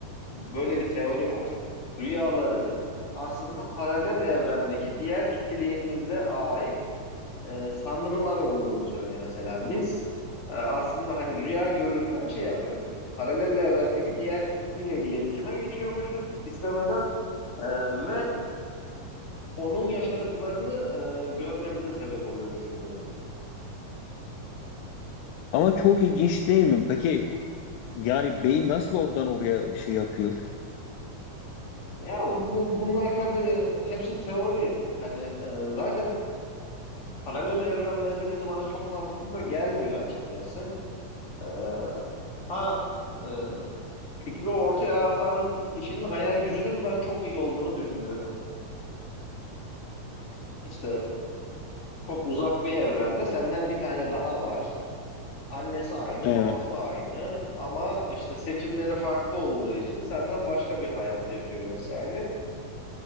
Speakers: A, on the left; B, on the left.
A: böyle bir teori var. Rüyaların aslında paralel evrendeki diğer kişiliğimize ait e, sanrılar olduğunu söylüyor mesela. Biz e, aslında hani rüya görürken şey yapıyormuşuz. Paralel evrendeki diğer kişiyle iletişime geçiyormuşuz istemeden e, ve onun yaşadıklarını e, görmemize sebep oluyormuş bu durum.
B: Ama çok ilginç değil mi? Peki yani beyin nasıl oradan oraya şey yapıyor?
A: Ya bu bunlar tabii hepsi teori. Hani e, zaten paralel evren meselesi bana çok mantıklı da gelmiyor açıkçası. E, ha e, fikri ortaya atan kişinin hayal gücünün ben çok iyi olduğunu düşünüyorum. İşte çok uzak bir evrende senden bir tane daha var. Annesi aynı,
B: Evet.
A: babası aynı ama işte seçimleri farklı olduğu için senden başka bir hayat yaşıyor vesaire.